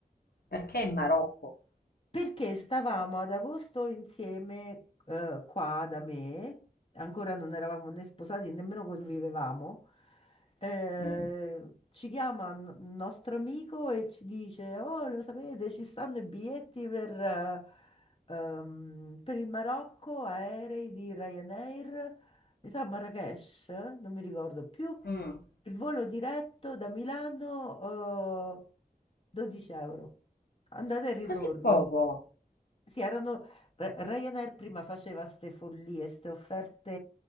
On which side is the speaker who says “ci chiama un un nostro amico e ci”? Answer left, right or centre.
Left